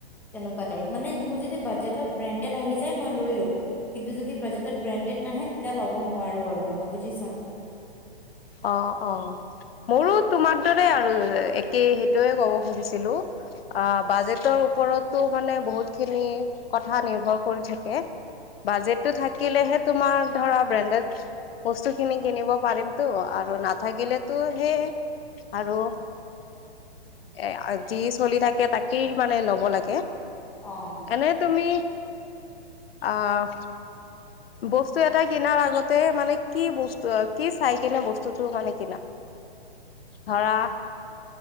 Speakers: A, in the centre; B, on the left.
A: তেনেকুৱা টাইপ মানে মোৰ যদি বাজেটত ব্ৰেণ্ডেড আহি যায় মই লৈ লৈ কিন্তু যদি বাজেটত ব্ৰেণ্ডেড নাহে লৱ নোৱাৰো আৰু
B: অ' অ' মোৰো তোমাৰ দৰে আৰু একেই সেইটোৱে ক'ব খুজিছিলো অ' বাজেটৰ ওপৰতো মানে বহুতখিনি কথা নিৰ্ভৰ কৰি থাকে বাজেটো থাকিলেহে তোমাৰ ধৰা ব্ৰেণ্ডেড বস্তুখিনি কিনিব পাৰিম। তটো আৰু নাথাকিলেতো সেইয় আৰু এ যি চলি থাকে তাকেই মানে লব লাগে
A: অ'।
B: এনে তুমি আহ বস্তু এটা কিনাৰ আগতে মানে কি বস্তু কি চাই কিনে বস্তুটো মানে কিনা, ধৰা,